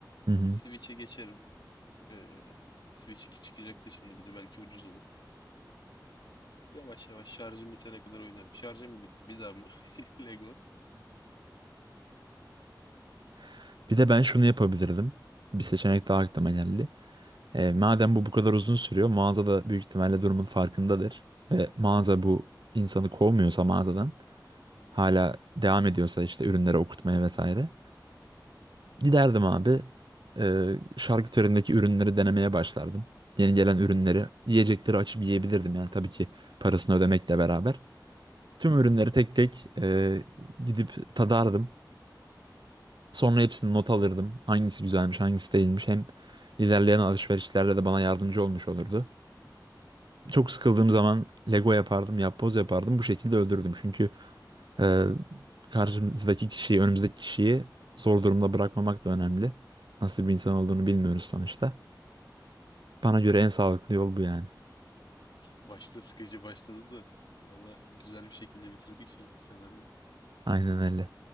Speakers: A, on the right; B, on the left.
A: Hı hı.
B: Bir Switch'e geçerim. Ee, Switch 2 çıkacaktı şimdi bir de belki ucuz olur. Yavaş yavaş şarjım bitene kadar oynarım. Şarjım mı bitti? Bir daha mı? <laughs> Lego.
A: <laughs> Bir de ben şunu yapabilirdim. Bir seçenek daha aklıma geldi. E, madem bu bu kadar uzun sürüyor, mağaza da büyük ihtimalle durumun farkındadır. Ve mağaza bu insanı kovmuyorsa mağazadan hala devam ediyorsa işte ürünleri okurtmaya vesaire. Giderdim abi e, şarküterindeki ürünleri denemeye başlardım. Yeni gelen ürünleri, yiyecekleri açıp yiyebilirdim yani tabii ki parasını ödemekle beraber. Tüm ürünleri tek tek e, gidip tadardım. Sonra hepsini not alırdım. Hangisi güzelmiş, hangisi değilmiş. Hem ilerleyen alışverişlerde de bana yardımcı olmuş olurdu. Çok sıkıldığım zaman Lego yapardım, yapboz yapardım. Bu şekilde öldürdüm. Çünkü Ee, karşımızdaki kişiyi, önümüzdeki kişiyi zor durumda bırakmamak da önemli. Nasıl bir insan olduğunu bilmiyoruz sonuçta. Bana göre en sağlıklı yol bu yani.
B: Başta sıkıcı başladı da valla güzel bir şekilde bitirdik şey senaryoyu.
A: Aynen öyle.